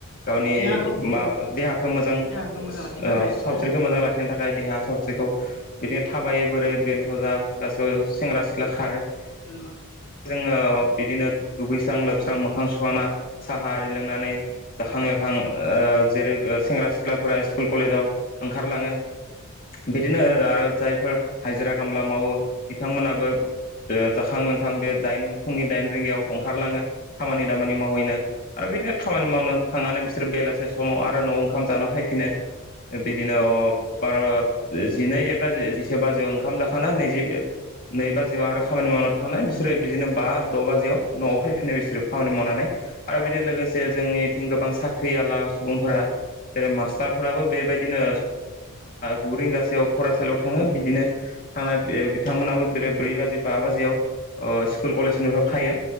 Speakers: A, on the left; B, on the left.
A: गावनि
B: देहाखौ
A: मा
B: औ
A: देहाखौ मोजां ओ
B: देहाखौ मोजां लाखिनो थाखाय आरो
A: सावस्रिखौ
B: ना
A: मोजां लाखिनो थाखाय देहा
B: औ
A: थबसेखौ बिदिनो थाबायो बोरै बेन्थ' जा गासैबो सेंग्रा सिख्ला खारो <unintelligible>
B: नोंगौ
A: जोंङो बिदिनो दुगैस्रां लोबस्रां मोखां सुना साहा आरि लोंनानै जाखां लोंखां ओ जेरै सेंग्रा सिख्लाफोरा स्कुल कलेजाव ओंखारलाङो बिदिनो आरो जायफोर हाजिरा खामला मावो बिथांमोनाबो जाखां लोंखां आं बे दाइन फुंनि दाइन रिंगायाव ओंखारलाङो खामानि दामानि मावहैनो आरो बिदिनो खामानि मावनो थांनानै बिसोरो बेलासे समाव आरो न'आव ओंखाम जानो फैफिनो बिदिनो अ बार' जिनै एबा जिसे बाजियाव ओंखाम जाखाना नैजि नै बाजियाव आरो खामानि मावनो थांनाय बिसोरो बिदिनो बा द' बाजियाव न'आव फैफिनाय बिसोरो खामानि मावनानै आरो
B: औ
A: बिदि लोगोसे जोंनिथिं गोबां साख्रियाला सुबुंफोरा जेरै मास्टारफोराबो बेबायदिनो गु रिंगासोआव फरायसालियाव थांङो बिदिनो थांनाय बे बिथांमोनाबो बेर ब्रै बाजि बा बाजियाव स्कुल कलेजनिफ्राय थायो